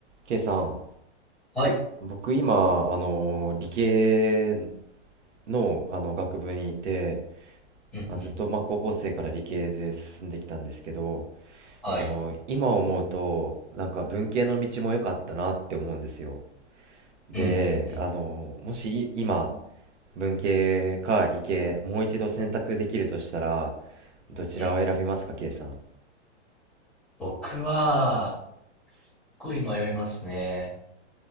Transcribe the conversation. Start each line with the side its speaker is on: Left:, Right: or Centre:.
Right: K さん、
Centre: はい。
Right: 僕今、あのー理系の、あの学部にいて、
Centre: うんうん。
Right: まあ、ずっと、まあ、高校生から理系で進んできたんですけど、
Centre: はい。
Right: あのー今思うとなんか文系の道も良かったなって思うんですよ。で、
Centre: うんうんうん
Right: あのーもしい今文系か理系もう一度選択できるとしたらどちらを選びますか
Centre: うん。
Right: K さん。
Centre: 僕は、すっごい迷いますね。